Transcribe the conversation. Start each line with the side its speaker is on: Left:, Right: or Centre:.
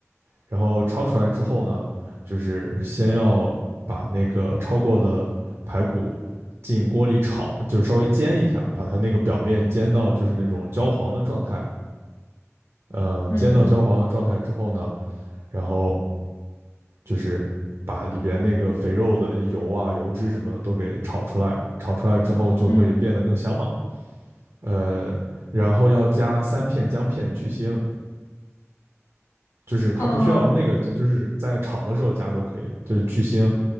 Right: 然后焯出来之后呢，就是先要把那个焯过的排骨进锅里炒，就是稍微煎一下，把它那个表面煎到就是那种焦黄的状态，嗯、呃煎到焦黄的状态之后呢，
Left: 嗯
Right: 然后就是把里边那个肥肉的油啊、油脂什么的都给炒出来，炒出来之后就会变得更香嘛。
Left: 嗯，
Right: 呃，然后要加三片姜片去腥，就是它不需要那个，
Left: 哦
Right: 就是在炒的时候加就可以，就是去腥。